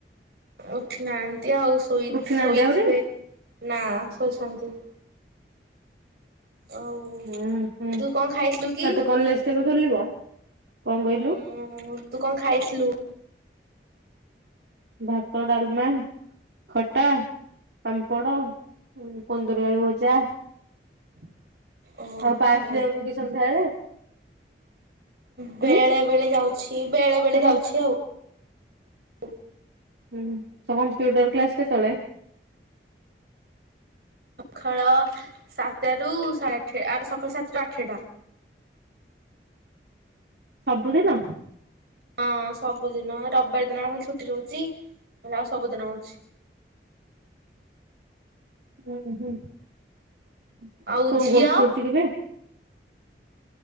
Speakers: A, on the right; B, on the right.
A: ଉଠନାହାନ୍ତି। ଆଉ ଶୋଇ
B: ଉଠିନାହାନ୍ତି
A: ଶୋଇଥିବେ।
B: ଆହୁରି
A: ନା ଶୋଇଛନ୍ତି। <inaudible> ଆଉ
B: ହୁଁ ହୁଁ
A: ତୁ କଣ ଖାଇଥିଲୁ କି?
B: ଆଉ ତୋ କଲେଜ କେବେ ଖୋଲିବ, କଣ କହିଲୁ?
A: ଉଁ ତୁ କଣ ଖାଇଥିଲୁ?
B: ଭାତ, ଡାଲମା, ଖଟା, ପାମ୍ପଡ, କୁନ୍ଦୁରି ଆଳୁ ଭଜା <inaudible>
A: ଓହୋ
B: ଆଉ ପାର୍କ ଯାଉନୁ କି ସନ୍ଧ୍ୟାବେଳେ?
A: ବେଳେ
B: ହୁଁ
A: ବେଳେ ଯାଉଛି ବେଳେ ବେଳେ
B: ତ କମ୍
A: ଯାଉଛି ଆଉ। <inaudible>
B: ହୁଁ ତମର <unintelligible> କମ୍ପ୍ୟୁଟର କ୍ଲାସ କେତେବେଳେ?
A: ସକାଳ ସାତରୁ ସାଢେ ଆଠ ଆ ସକାଳ ସାତଟାରୁ ଆଠଟା।
B: ସବୁ ଦିନ?
A: ହଁ ସବୁଦିନ, ରବିବାର ଦିନ ଖାଲି ଛୁଟି ରହୁଛି ହେଲେ, ଆଉ ସବୁଦିନ ହଉଛି। <inaudible>
B: ହୁଁ ହୁଁ <inaudible>
A: ଆଉ
B: କୋଉ
A: ଝିଅ
B: କୋର୍ସ କରୁଛି କି ବେ?